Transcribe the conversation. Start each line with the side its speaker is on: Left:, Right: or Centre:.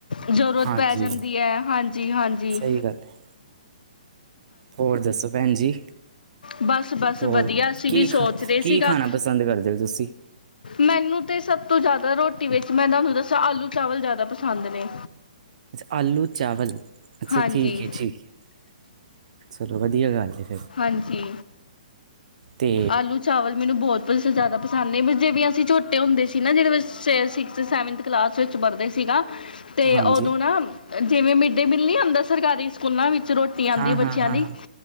Left: ਜ਼ਰੂਰਤ
Right: ਹਾਂਜੀ
Left: ਪੈ ਜਾਂਦੀ ਐ ਹਾਂਜੀ-ਹਾਂਜੀ,
Right: ਸਹੀ ਗੱਲ ਹੈ ਹੋਰ ਦੱਸੋ ਭੈਣ ਜੀ?
Left: ਬਸ ਬਸ
Right: ਹੋਰ
Left: ਵਧੀਆ ਅਸੀਂ
Right: ਕੀ
Left: ਵੀ ਸੋਚ
Right: ਖਾ
Left: ਰਹੇ ਸੀਗਾ
Right: ਕੀ ਖਾਣਾ ਪਸੰਦ ਕਰਦੇ ਓ ਤੁਸੀਂ?
Left: ਮੈਨੂੰ ਤੇ ਸਭ ਤੋਂ ਜਾਦਾ ਰੋਟੀ ਵਿੱਚ ਮੈਂ ਤੁਹਾਨੂੰ ਦੱਸਾਂ ਆਲੂ ਚਾਵਲ ਯਾਦਾ ਪਸੰਦ ਨੇ।
Right: ਆਲੂ ਚਾਵਲ ਅੱਛਾ
Left: ਹਾਂਜੀ
Right: ਠੀਕ ਐ ਠੀਕ ਐ ਚਲੋ ਵਧੀਆ ਗੱਲ ਏ।
Left: ਹਾਂਜੀ।
Right: ਤੇ
Left: ਆਲੂ ਚਾ ਚਾਵਲ ਮੈਨੂੰ ਬੋਤ ਪਰ ਯਾਦਾ ਪਸੰਦ ਨੇ ਵੀ ਜਿਵੇਂ ਅਸੀਂ ਝੋਟੇ ਹੁੰਦੇ ਸੀ ਨਾ ਜਿਦੇ ਵਿੱਚ ਸਿਕਸਥ ਸੈਵਨਥ ਕਲਾਸ ਵਿੱਚ ਵਰਦੇ ਸੀਗਾ ਤੇ
Right: ਹਾਂਜੀ
Left: ਓਦੋਂ ਨਾ ਜਿਵੇਂ ਮਿਡ ਡੇ ਮੀਲ ਨੀ ਹੁੰਦਾ ਸਰਕਾਰੀ ਸਕੂਲਾਂ ਵਿੱਚ ਚ ਰੋਟੀ ਆਂਦੀ
Right: ਹਾਂ ਹਾਂ
Left: ਬੱਚਿਆਂ
Right: ਹਾਂ
Left: ਦੀ
Right: ਹਾਂ